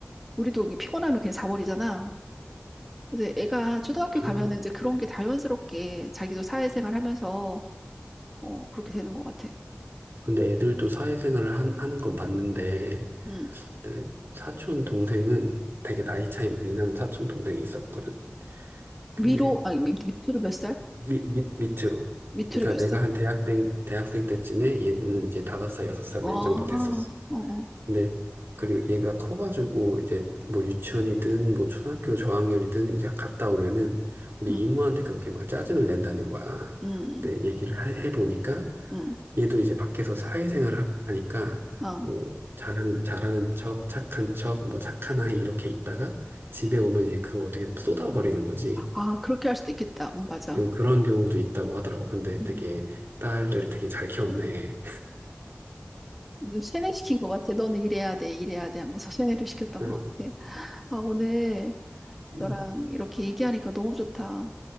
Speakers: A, in the centre; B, on the right.
A: 우리도 피곤하면 그냥 자버리잖아. 근데 애가 초등학교
B: 좀.
A: 가면은 이제 그런 게 자연스럽게 자기도 사회생활 하면서 어, 그렇게 되는 것 같아.
B: 근데 애들도 사회생활을 한- 하는 건 봤는데,
A: 응.
B: 내 사촌 동생은 되게 나이 차이 많이 나는 사촌 동생이 있었거든. 근데
A: 위로, 아니, 밑, 밑으로 몇 살?
B: 밑, 밑, 밑으로.
A: 밑으로
B: 그러니까
A: 몇
B: 내가
A: 살?
B: 한 대학생, 대학생 때쯤에 얘는 이제 다섯 살, 여섯 살
A: 아,
B: 막 이 정도 됐었어.
A: 어, 어,
B: 근데 그리고 얘가 커가지고 이제 뭐 유치원이든 뭐 초등학교 저학년이든 이제 갔다 오면은 우리
A: 응,
B: 이모한테 그렇게 막 짜증을 낸다는 거야.
A: 응,
B: 근데 얘기를 하- 해보니까
A: 응,
B: 얘도 이제 밖에서 사회생활을 하니까
A: 아,
B: 뭐 잘하는 잘하는 척, 착한 척, 뭐 착한 아이 이렇게 있다가 집에 오면 이제 그걸 어떻게 쏟아버리는 거지.
A: 아, 그렇게 할 수도 있겠다. 응, 맞아.
B: 응, 그런 경우도 있다고 하더라고. 근데
A: 음,
B: 되게 딸을 되게 잘 키웠네.
A: 세뇌시킨 것 같아. 너는 이래야 돼, 이래야 돼 하면서 세뇌를 시켰던
B: 응,
A: 것 같아. 아, 오늘
B: 음,
A: 너랑 이렇게 얘기하니까 너무 좋다.